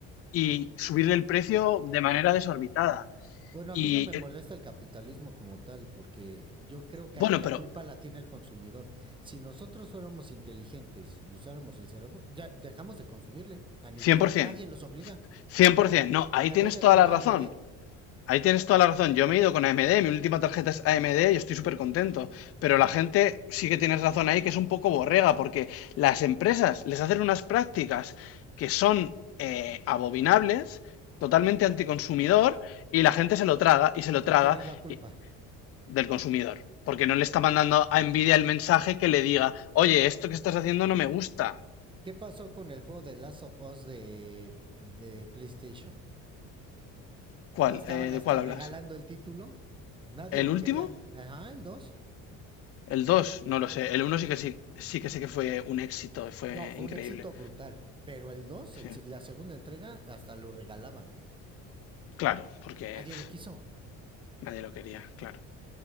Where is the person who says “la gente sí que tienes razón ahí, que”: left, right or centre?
Left